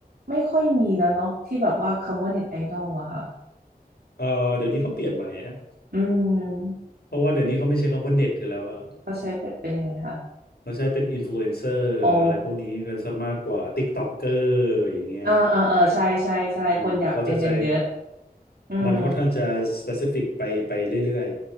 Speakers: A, on the right (about 70°); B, on the left (about 80°).
A: ไม่ค่อยมีแล้วเนาะที่แบบว่าคำว่าเน็ตไอดอลอะค่ะ
B: เออเดี๋ยวนี้เขาเปลี่ยนใหม่ฮะ
A: อืม
B: เพราะว่าเดี๋ยวนี้เขาไม่ใช้คำว่าเน็ตกันแล้วอ่ะ
A: เขาใช้เป็นเป็นยังไงคะ
B: เขาใช้เป็นอินฟลูเอนเซอร์อะไรพวกนี้กันซะมากกว่าติ๊กต็อกเกอร์อย่างเงี้ย
A: อ๋ออ่าอ่าอ่าใช่ใช่ใช่คนอยากเป็นกันเยอะ
B: อืมเขาจะใช้
A: อืม
B: มันค่อนข้างจะสเปซิฟิกไปไปเรื่อย